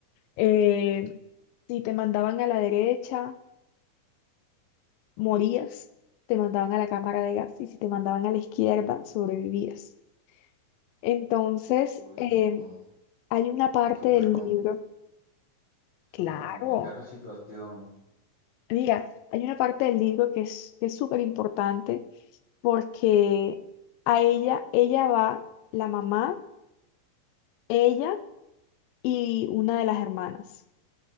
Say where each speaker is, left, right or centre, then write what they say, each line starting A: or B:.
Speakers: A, on the left; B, on the left.
A: Eh, si te mandaban a la derecha, morías, te mandaban a la cámara de gas y si te mandaban a la izquierda, sobrevivías. Entonces,
B: Uy,
A: eh,
B: no,
A: hay una parte
B: súper
A: del
B: com-
A: libro,
B: súper
A: claro,
B: complicada esa situación.
A: mira, hay una parte del libro que es que es súper importante porque a ella, ella va la mamá, ella y una de las hermanas,